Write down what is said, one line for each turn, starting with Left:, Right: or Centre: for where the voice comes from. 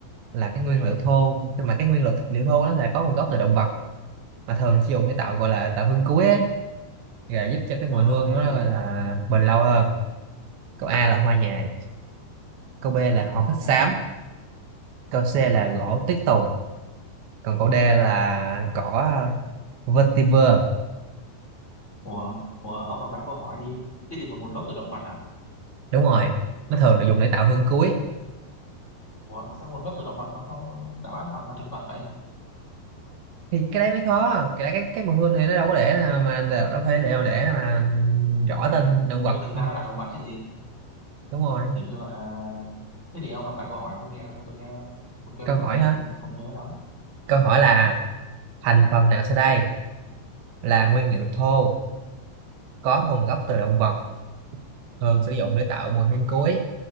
Right: là cái nguyên liệu thô nhưng mà cái nguyên liệu liệu thô nó là có nguồn gốc từ động vật mà thường sử dụng để tạo gọi là tạo hương cuối ấy và giúp cho cái mùi
Left: à,
Right: hương
Left: ok
Right: nó
Left: ok
Right: gọi là
Left: Tôi-
Right: bền lâu hơn câu A là hoa nhài
Left: ừ,
Right: câu B là hoa phách
Left: nhai
Right: xám Câu C
Left: ừ.
Right: là gỗ tuyết tùng, còn câu D là cỏ ờ, vetiver.
Left: ủa ủa ông đọc lại câu hỏi đi cái gì mà nguồn gốc từ động vật à
Right: Đúng rồi, nó thường được dùng để tạo hương cuối.
Left: ủa sao nguồn gốc từ động vật mà sao đáp án toàn là thực vật vậy
Right: Thì cái đấy mới khó, cái đấy, cái cái mùi hương này nó đâu có để mà, mà đâu đâu phải để mà để mà rõ
Left: à
Right: tên động
Left: nhưng
Right: vật.
Left: mà thực
Right: Ừ,
Left: ra nó là động vật chứ gì
Right: Đúng rồi.
Left: kiểu như là à, thế thì ông đọc lại câu hỏi tôi nghe tôi nghe tôi quên
Right: Câu
Left: mất
Right: hỏi
Left: rồi
Right: hả?
Left: tôi không nhớ lắm ừ.
Right: Câu hỏi là thành phần nào sau đây là nguyên liệu thô có nguồn gốc từ động vật thường sử dụng để tạo mùi hương cuối